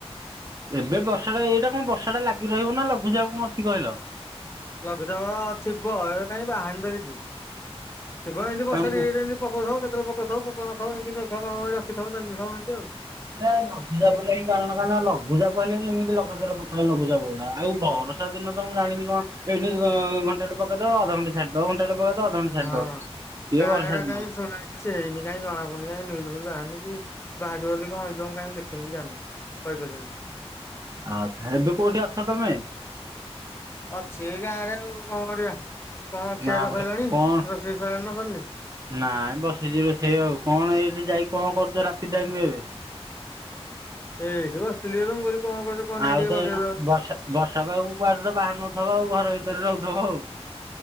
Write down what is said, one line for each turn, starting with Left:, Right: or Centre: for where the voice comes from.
Right: ଏବେ ବର୍ଷା ଟା ଏଇଟା କଣ ବର୍ଷା ଟା ଲାଗି ରହିବ ନା ଲଘୁଚାପ କଣ ଅଛି କହିଲ।
Left: ଲଘୁଚାପ ଥିବ ଏବେ କାଇଁ ବାହାରିନି ତ କିଛି ଥିବ ଏମତି
Right: କାରଣ
Left: ବର୍ଷା
Right: ମୁଁ
Left: ଟିକେ ଟିକେ ଏମିତି ପକଉଥିବ କେତେବେଳେ ପକଉଥିବ ପକଉନଥିବ ଏମତି ମେଘୁଆ ପାଗକରି ରଖିଥିବ ଚାଲିଥିବ ଏମତି ଆଉ।
Right: ଏ ଲଘୁଚାପ ଲାଗି କାରଣ କଣ ନା ଲଘୁଚାପ ହେଲେ ହିଁ ଏମିତି ଲଗାତାର ପକାଇଲେ ଲଘୁଚାପ ଗୁଡା ଆଉ ବରଷ ର୍ଷାଦିନ ତ ମୁଁ ଜାଣିନି କଣ ଏଇନେ ଅ ଘଣ୍ଟାଟେ ପକେଇଦବ ଅଧ ଘଣ୍ଟା ଛାଡିଦବ ଘଣ୍ଟେଟା ପକେଇଦବ ଅଧ ଘଣ୍ଟେ ଛାଡିଦବ
Left: ହଁ। କାଁ
Right: ଏ ବର୍ଷା
Left: ହେରା
Right: ଦିନ
Left: କାଇଁ ଶୁଣାଣି କିଛି ହେଇନି କାଇଁ ଜଣାପଡୁନି କାଇଁ ନ୍ୟୁଜ ଫ୍ୟୁଜ ବାହାରିନି କି ବାହାରିବ ବୋଲି କଣ ହେଇଥିବ ମୁଁ କାଇଁ ଦେଖିନି କି ଜାଣିନି। କହିପାରିବିନି।
Right: ଆଚ୍ଛା, ଏବେ କୋଉଠି ଅଛ ତୋମେ?
Left: ଅଛି ଏଇ ଗାଁରେ, ଆଉ କଣ କରିବା? ଆଉ କଣ ଖିଆପିଆ
Right: ଗାଁ ପଟେ
Left: ସଇଲାଣି?
Right: କଣ
Left: ରୋଷେଇ ସଇଲାଣି ନା ସରନି?
Right: ନାଇଁ ବସିଚି ରୋଷେଇ ଆଉ, କଣ ଏଇଠି ଯାଇ କଣ କରୁଚ ରାତି ଟାଇମ୍ ଏବେ?
Left: ଏଇଠି ବସିଥିଲି ତ ମୁଁ କହିଲି କଣ କରୁଚ କଣ ନାହିଁ
Right: ଆଉ
Left: ଟିକେ
Right: ତ
Left: ଲଗେଇଦବା
Right: ଏଇନା
Left: ହଉଚି।
Right: ବର୍ଷା ବର୍ଷା ପାଗକୁ କୁଆଡେ ତ ବାହାରୁ ନଥିବ ଆଉ ଘରେ ଭିତରେ ରହୁଥୁବ।